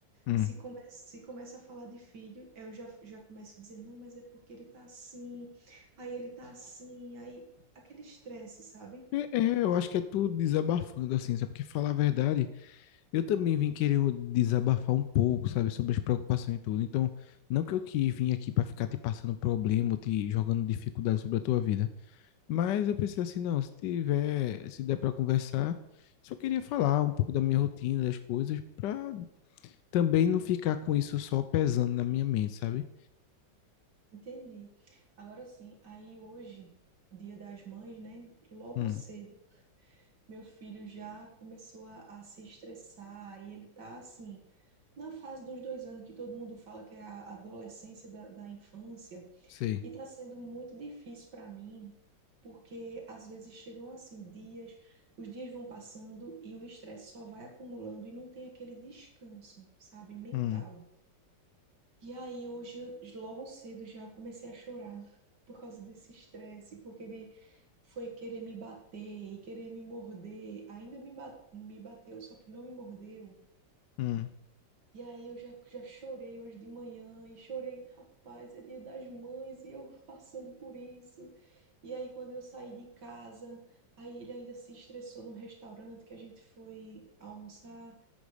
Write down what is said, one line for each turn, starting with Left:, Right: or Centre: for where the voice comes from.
Left: Hum.
Right: se começa, se começa a falar de filho, eu já, já começo a dizer, não, mas é porque ele tá assim, aí ele tá assim, aí aquele estresse, sabe?
Left: É, é, eu acho que é tudo desabafando, assim, sabe? Porque falar a verdade. Eu também vim querer desabafar um pouco, sabe, sobre as preocupações e tudo. Então, não que eu que vim aqui para ficar te passando problema, ou te jogando dificuldade sobre a tua vida, mas eu pensei assim, não, se tiver, se der para conversar, só queria falar um pouco da minha rotina, das coisas, para também não ficar com isso só pesando na minha mente, sabe?
Right: Entendi. Agora sim, aí hoje, dia das mães, né? Logo
Left: Hum,
Right: cedo, meu filho já começou a, a se estressar, e ele tá assim, na fase dos dois anos que todo mundo fala que é a adolescência da, da infância.
Left: sei.
Right: E está sendo muito difícil para mim, porque às vezes chegam assim dias, os dias vão passando e o estresse só vai acumulando e não tem aquele descanso, sabe, mental.
Left: Hum,
Right: E aí hoje, eu- logo cedo já comecei a chorar por causa desse estresse, porque ele foi querer me bater e querer me morder. Ainda me ba- me bateu, só que não me mordeu.
Left: hum,
Right: E aí eu já, já chorei hoje de manhã e chorei, rapaz, é dia das mães e eu <laughs> passando por isso. E aí quando eu saí de casa, aí ele ainda se estressou no restaurante que a gente foi almoçar